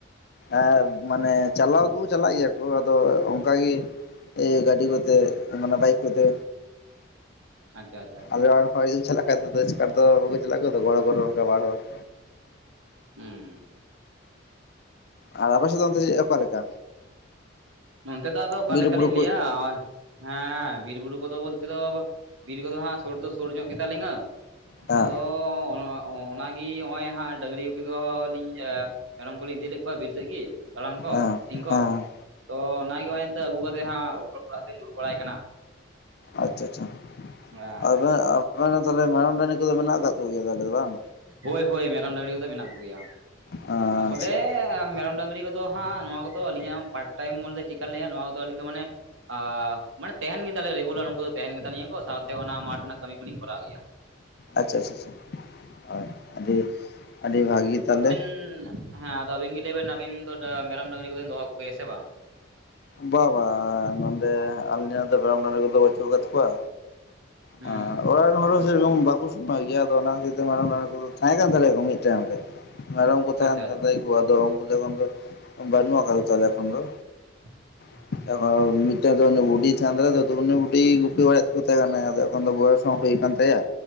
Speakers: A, on the left (about 50°); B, on the right (about 70°).
A: ᱮᱸ ᱢᱟᱱᱮ ᱪᱟᱞᱟᱣ ᱫᱚ ᱪᱟᱞᱟᱜ ᱜᱮᱭᱟ ᱠᱚ ᱟᱫᱚ ᱚᱱᱠᱟ ᱜᱤ᱾ ᱮ ᱜᱟᱹᱰᱤ ᱠᱚᱛᱮ ᱢᱟᱱᱮ ᱵᱟᱭᱤᱠ ᱠᱚᱛᱮ᱾
B: ᱟᱫᱟ ᱟᱫᱟ ᱟᱪ
A: ᱚᱲᱟᱜ ᱨᱮᱱ ᱦᱚᱲ ᱡᱩᱫᱤ ᱪᱟᱞᱟᱜ ᱠᱷᱟᱡ ᱫᱚ ᱟᱫᱚ ᱮᱥᱠᱟᱨ ᱫᱚ ᱵᱟᱠᱚ ᱪᱟᱞᱟᱜ ᱜᱮᱭᱟ ᱛᱚ ᱜᱚ ᱦᱚᱲ ᱠᱚᱫᱚ ᱚᱱᱠᱟ ᱵᱟᱝ ᱦᱩᱭᱩᱜ᱾
B: ᱦᱩᱸ᱾
A: ᱟᱨ ᱟᱯᱮ ᱥᱮᱫ ᱫᱚ ᱚᱱᱛᱮ ᱡᱮ ᱚᱠᱟᱮ ᱞᱮᱠᱟ᱾
B: ᱱᱚᱱᱛᱮ ᱫᱚ ᱟᱫᱚ ᱚᱠᱟ
A: ᱵᱤᱨ
B: ᱞᱮᱠᱟᱞᱤᱧ
A: ᱵᱩᱨᱩ
B: ᱞᱟᱹᱭᱟ
A: ᱠᱚ
B: ᱚᱜᱼᱚᱭ᱾ ᱦᱮᱸ ᱵᱤᱨᱼᱵᱩᱨᱩ ᱠᱚᱫᱚ ᱵᱚᱞᱛᱮ ᱫᱚ ᱵᱤᱨ ᱠᱚᱫᱚ ᱦᱟᱸᱜ ᱥᱩᱨ ᱫᱚ ᱥᱩᱨ ᱧᱚᱜ ᱜᱮᱛᱟ ᱞᱤᱧᱟᱹ᱾
A: ᱦᱮᱸ
B: ᱟᱫᱚ ᱚ-ᱚ-ᱚᱱᱟ ᱜᱤ ᱦᱚᱜᱼᱚᱭ ᱦᱟᱸᱜ ᱰᱟᱝᱜᱨᱤ ᱜᱩᱯᱤ ᱠᱚᱦᱚᱸ ᱞᱤᱧ ᱮ ᱢᱮᱨᱚᱢ ᱠᱚᱞᱤᱧ ᱤᱫᱤᱞ ᱞᱮᱫ ᱠᱚᱣᱟ ᱵᱤᱨ ᱥᱮᱜ ᱜᱮ ᱫᱟᱬᱟᱱ ᱠᱚ,
A: ᱦᱮᱸ
B: ᱟᱹᱛᱤᱧ ᱠᱚ᱾
A: ᱦᱮᱸ
B: ᱛᱚ ᱚᱱᱟᱜᱮ ᱦᱚᱜ ᱚᱭ ᱮᱱᱛᱚᱜ ᱟᱹᱜᱩ ᱠᱟᱛᱮᱜ ᱦᱟᱸᱜ ᱚ-ᱚ-ᱚᱞᱜ ᱯᱟᱲᱦᱟᱜ ᱜᱮᱧ ᱫᱩᱲᱩᱵ ᱵᱟᱲᱟᱭ ᱠᱟᱱᱟ᱾
A: ᱟᱪᱪᱟᱼᱪᱷᱟ,
B: ᱦᱮᱸ ᱦᱮᱸ
A: ᱟᱵᱚ ᱟ <unintelligible> ᱛᱟᱦᱚᱞᱮ ᱢᱮᱨᱟᱢ ᱰᱟᱝᱜᱨᱤ ᱠᱚᱫᱚ ᱢᱮᱱᱟᱜ ᱠᱟᱜ ᱠᱚ ᱜᱮᱭᱟ ᱛᱟᱦᱚᱞᱮ ᱵᱟᱝ?
B: ᱦᱳᱭ ᱦᱳᱭ ᱢᱮᱨᱚᱢ ᱰᱟᱝᱜᱨᱤ ᱠᱚᱫᱚ ᱢᱮᱱᱟᱜ ᱠᱚᱜᱮᱭᱟ,
A: ᱟᱪᱪᱷᱟ
B: ᱟᱥᱚᱞᱮ ᱢᱮᱨᱚᱢ ᱰᱟᱝᱜᱨᱤ ᱠᱚ ᱫᱚ ᱦᱟᱸᱜ ᱱᱚᱣᱟ ᱠᱚᱫᱚ ᱟᱹᱞᱤᱧᱟᱜ ᱯᱟᱴ ᱴᱟᱭᱤᱢ ᱵᱚᱞᱮ ᱪᱮᱜᱠᱟᱱ ᱞᱟᱹᱭᱟ ᱱᱚᱣᱟ ᱠᱚᱫᱚ ᱟᱞᱤᱧ ᱫᱚ ᱢᱟᱱᱮ ᱟᱨ ᱢᱟᱱᱮ ᱛᱟᱦᱮᱱ ᱜᱮ ᱛᱟᱞᱮᱭᱟ ᱨᱮᱜᱩᱞᱟᱨ ᱩᱱᱠᱩ ᱫᱚ ᱛᱟᱦᱮᱱ ᱜᱮ ᱛᱟᱞᱤᱧᱟ ᱠᱚ ᱥᱟᱶᱛᱮ ᱚᱱᱟ ᱢᱟᱴ ᱨᱮᱱᱟᱜ ᱠᱟᱹᱢᱤ ᱠᱚᱞᱤᱧ ᱠᱚᱨᱟᱣ ᱜᱮᱭᱟ᱾
A: ᱟᱪᱪᱷᱟ ᱟᱪᱟ ᱪᱟ ᱟ ᱟᱹᱰᱤ ᱟᱹᱰᱤ ᱵᱷᱟᱹᱜᱤ ᱛᱟᱦᱚᱞᱮ᱾
B: ᱩᱸ᱾ ᱦᱮᱸ ᱟᱫᱚ ᱟᱹᱵᱤᱱ ᱜᱮ ᱞᱟᱹᱭ ᱵᱮᱱ ᱟᱹᱵᱤᱱ ᱫᱚ ᱰᱟ ᱢᱮᱨᱚᱢ ᱰᱟᱝᱜᱨᱤ ᱠᱚ ᱵᱤᱱ ᱫᱚᱦᱚ ᱠᱚᱜᱮᱭᱟ ᱥᱮ ᱵᱟᱝ?
A: ᱵᱟ ᱵᱟ ᱟᱸ ᱱᱚᱸᱰᱮ ᱟᱞᱮ ᱨᱮᱱ ᱫᱚ ᱢᱮᱨᱚᱢ ᱜᱟᱝᱜᱨᱤ ᱠᱚᱫᱚ ᱵᱟᱹᱪᱩᱜ ᱠᱟᱫ ᱠᱚᱣᱟ᱾
B: ᱦᱩᱸ
A: ᱟᱸ ᱚᱲᱟ <unintelligible> ᱵᱟᱠᱚ ᱥᱮᱱᱚᱜ ᱜᱮᱭᱟ ᱟᱫᱚ ᱚᱱᱟ ᱠᱷᱟᱹᱛᱤᱨ ᱢᱮᱨᱚᱢ ᱰᱟᱹᱝᱨᱤ ᱫᱚ ᱛᱟᱦᱮᱸ ᱠᱟᱱ ᱛᱟᱞᱮᱭᱟ ᱠᱚ ᱢᱤᱫ ᱴᱟᱭᱤᱢ ᱨᱮ᱾ ᱢᱮᱨᱚᱢ ᱠᱚ ᱛᱟᱦᱮᱱ
B: ᱟᱪᱪᱷᱟ
A: ᱛᱟᱞᱮᱭ
B: ᱟᱪᱪᱷᱟ
A: ᱠᱚ ᱟᱫᱚ ᱩᱱᱠᱩ ᱫᱚ ᱮᱠᱷᱚᱱ ᱫᱚ ᱵᱟᱹᱱᱩᱜ ᱟᱠᱟᱫᱟ ᱛᱟᱦᱚᱞᱮ ᱮᱠᱷᱚᱱ ᱫᱚ᱾
B: <inaudible>
A: <unintelligible> ᱢᱤᱫᱴᱮᱱ ᱫᱚ ᱩᱱᱤ ᱵᱩᱰᱤᱭ ᱛᱟᱦᱮᱸ <unintelligible> ᱩᱱᱤ ᱵᱩᱰᱤᱭ ᱜᱩᱯᱤ ᱵᱟᱲᱟᱭᱮᱫ ᱠᱚ ᱛᱟᱦᱮᱸ ᱠᱟᱱᱟᱭ ᱟᱫᱚ ᱮᱠᱷᱚᱱ ᱫᱚ ᱵᱚᱭᱚᱥ ᱦᱚᱸ ᱦᱩᱭ ᱠᱟᱱ ᱛᱟᱭᱟ